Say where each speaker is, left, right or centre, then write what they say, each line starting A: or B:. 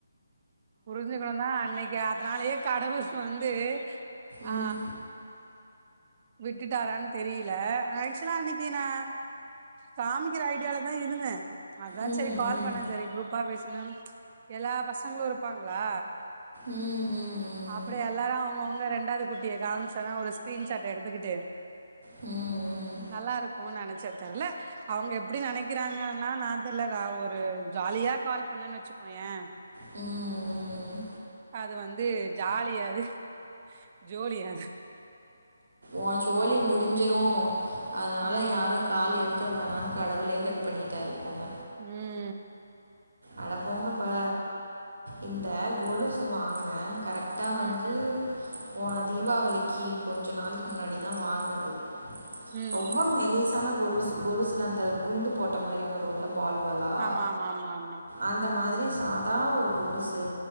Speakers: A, on the right; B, on the right.
A: புரிஞ்சுக்கணு தா அன்னைக்கு அதனாலயே கடவுர் வந்து ஆ
B: ம்
A: விட்டுட்டாரான்னு தெரில ஆக்சலா அன்னைக்கு நா காமிக்கிற ஐடியால தா இருந்த அதா
B: ம்
A: சரி கால்
B: ம்
A: பண்ணே சரி குரூப்பா பேசணு எல்லா பசங்களு இருப்பாங்ளா
B: ம் ம் ம்
A: அப்படியெ எல்லாரு அவங்கவுங்க ரெண்டாவது குட் டிய காமிசன்னா ஒரு ஸ்கிரீன்ஷாட் எடுத்துக்கிட்டு
B: ம் ம்
A: நல்லாருக்கு நெனச்ச தெர்ல அவங்க எப்டி நெனக்கிறாங்கன்னா நா தெ இல்ல நா ஒரு ஜாலியா கால் பண்ணேன்னு வச்சுக்கோயே
B: ம் ம்
A: அது வந்து ஜாலியாது ஜோலியாது
B: ஓ சோழி முடிஞ்சிரு அதனால
A: ம்
B: யாரு கால் எடுக்க வேணானு கடவுளே கட் பண்ணிட்டாரு போங்க
A: உம்
B: அட போங்கப்பா இந்த கொலுசு வாங்குனே கரெட் ட்டா வந்து
A: ம்
B: போன தீபாவளிக்கு கொஞ்சொ நாளெக்கு முன்னாடி தா வாங்குனது
A: ம்
B: ரொம்ப மெலிசான கொலுசு கொலுசுல அந்த குண்டு போட்ட மாரி வ ருள்ள பால் பாலா
A: ஆமா ஆமா ஆமா
B: அந்த மாதிரி சாதா ஒரு கொலுசு